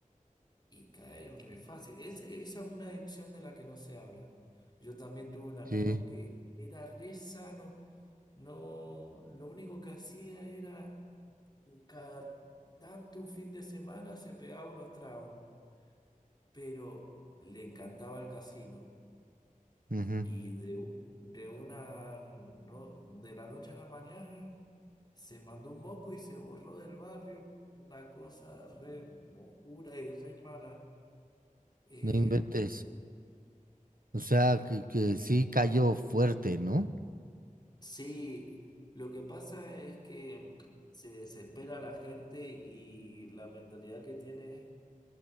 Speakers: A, on the left; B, on the right.
A: y caen re fácil. Ese- esa es una adicción de la que no se habla. Yo también tuve un amigo
B: Sí,
A: que era re sano. No, lo único que hacía era cada tanto un fin de semana se pegaba unos tragos, pero le encantaba el casino.
B: ujú,
A: Y de, un- de una no, de la noche a la mañana se mandó un moco y se borró del barrio, una cosa re oscura y re mala. Eh,
B: No inventes. O sea, que, que sí cayó fuerte, ¿no?
A: sí, lo que pasa es que mm, se desespera la gente y la mentalidad que tiene es,